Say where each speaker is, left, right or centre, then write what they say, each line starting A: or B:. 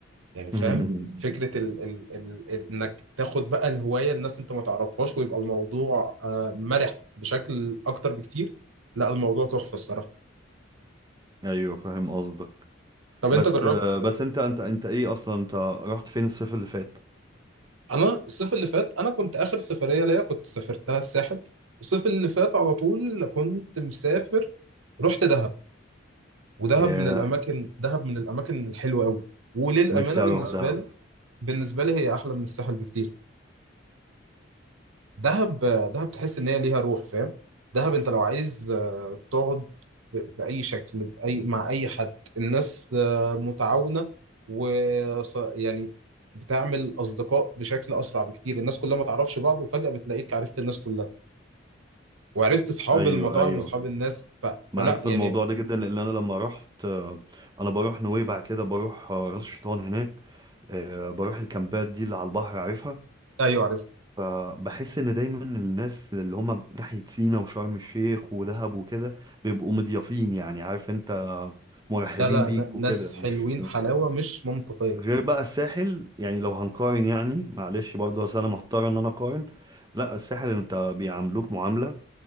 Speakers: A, on the right (about 85°); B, on the right (about 20°).
A: يعني
B: <laughs>
A: فاهم
B: مم.
A: فكرة ال ال ال ال- انك تاخد بقى الهواية الناس انت ما تعرفهاش ويبقى الموضوع آه، مرح بشكل اكتر بكتير لا الموضوع تحفة الصراحة
B: ايوه فاهم قصدك
A: طب
B: بس
A: انت جربت
B: آه، بس انت انت انت ايه اصلا انت رحت فين الصيف اللي فات
A: انا الصيف اللي فات انا كنت اخر سفرية ليا كنت سافرتها الساحل الصيف اللي فات على طول كنت مسافر رحت دهب ودهب
B: ياه
A: من الاماكن دهب من الاماكن الحلوة قوي وللأمانة
B: نفسي
A: بالنسبة
B: اروح دهب
A: لي بالنسبة لي هي احلى من الساحل بكتير دهب دهب تحس ان هي ليها روح فاهم دهب انت لو عايز آه، تقعد ب- باي شكل باي مع اي حد الناس آه، متعاونه و ص- يعني بتعمل اصدقاء بشكل اسرع بكتير الناس كلها ما تعرفش بعض وفجاه بتلاقيك عرفت الناس كلها وعرفت اصحاب
B: ايوه
A: المطاعم
B: ايوه
A: واصحاب الناس ف... فلا
B: معاك في
A: يعني
B: الموضوع ده جدا لان انا لما رحت آه، انا بروح نويبع كده بروح آه، راس شيطان هناك آه، بروح الكامبات دي اللي على البحر عارفها
A: ايوه عرفت
B: فبحس ان دايما الناس اللي هم ناحية سينا وشرم الشيخ ودهب وكده بيبقوا مضيافين يعني عارف انت مرحبين
A: لا لا
B: بيك
A: ن-
B: وكده
A: ناس
B: مش
A: حلوين حلاوه مش منطقيه
B: غير بقى الساحل يعني لو هنقارن يعني معلش برضه اصل انا محتار ان انا اقارن لا الساحل انت بيعاملوك معاملة